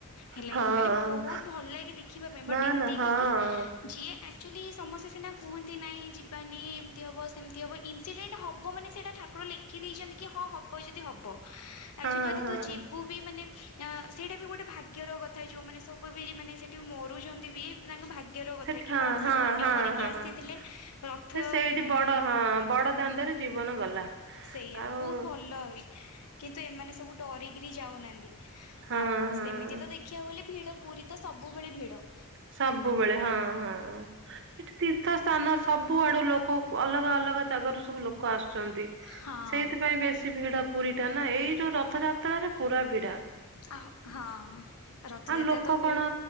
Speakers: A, on the left; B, on the right.
A: ହେଲା
B: ହଁ
A: କିି ମାନେ ବୋହୁତ ଭଲ ଲାଗେ ଦେଖିବା ପାଇଁ ବଟ୍
B: ନା
A: ଏତିକି
B: ନା ହଁ।
A: କି ଯିଏ ଆକଚୁଆଲି ସମସ୍ତେ ସିନା କୁହନ୍ତି ନାଇଁ ଯିବାନି ଏମତି ହବ ସେମତି ହବ ଇନସିଡେଣ୍ଟ ହବ ମାନେ ସେଇଟା ଠାକୁର ଲେଖିଦେଇଚନ୍ତି କି ହଁ ହବ ଯଦି ହବ। ଆକଚୁଆଲ
B: ହଁ
A: ଯଦି
B: ହଁ
A: ତୁ ଯିବୁ ବି ମାନେ ସେଇଟା ବି ଗୋଟେ ଭାଗ୍ୟର କଥା ଯୋଉ ମାନେ ସବୁ ବି ମାନେ ସେ ଠି ମରୁଚନ୍ତି ବି ଏଟା ତାଙ୍କ ଭାଗ୍ୟର କଥା
B: ସେଠି
A: କି
B: ହଁ
A: କଣ ସେ
B: ହଁ
A: ପୂନ୍ୟ
B: ହଁ
A: କରିକି
B: ହଁ।
A: ଆସିଥିଲେ ରଥରେ
B: ସେ ସେଇଠି
A: ମାନେ
B: ବଡ ହଁ ବଡ ଦାଣ୍ଡରେ ଜୀବନ ଗଲା।
A: ସେଇଆ
B: ଆଉ
A: ବୋହୁତ ଭଲ ଆହୁରି କିନ୍ତୁ ଏମାନେ ସବୁ ଡରିକିରି ଯାଉନାଆନ୍ତି।
B: ହଁ
A: ଆଉ
B: ହଁ।
A: ସେମିତି ତ ଦେଖିବାକୁ ଗଲେ ଭିଡ ପୁରି ତ ସବୁବେଳେ ଭିଡ।
B: ସବୁବେଳେ ହଁ ହଁ ହଁ ସେଠି ତୀର୍ଥ ସ୍ଥାନ ସବୁ ଆଡୁ ଲୋକ ଅଲଗା ଅଲଗା ଜାଗାାରୁ ସବୁ ଲୋକ ଆସୁଚନ୍ତି।
A: ହଁ
B: ସେଇଥିପାଇଁ ବେଶୀ ଭିଡ। ପୁରି ଟା ନା ଏଇ ଯୋଉ ରଥଯାତ୍ରାରେ ପୁରା ଭି
A: ଆହ ହଁ ରଥଯାତ୍ରା
B: ଆଉ ଲୋକ
A: ତ ଭିଡ।
B: କଣ